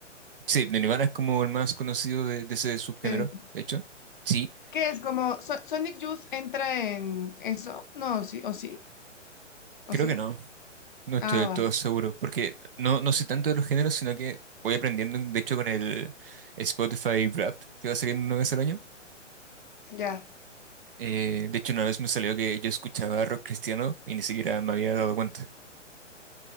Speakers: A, on the right (about 50°); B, on the left (about 40°).
A: Sí, de Nirvana es como el más conocido de, de ese subgénero,
B: Sí.
A: de hecho. Sí,
B: ¿Qué es? Como So- Sonic Youth entra en eso. No, sí, o sí, o
A: creo
B: sí.
A: que no. No estoy
B: Ah,
A: del
B: va,
A: todo seguro, porque no, no sé tanto de los géneros, sino que voy aprendiendo, de hecho, con el Spotify Wrapped, que va saliendo una vez al año.
B: ya.
A: Eh, de hecho, una vez me salió que yo escuchaba rock cristiano y ni siquiera me había dado cuenta.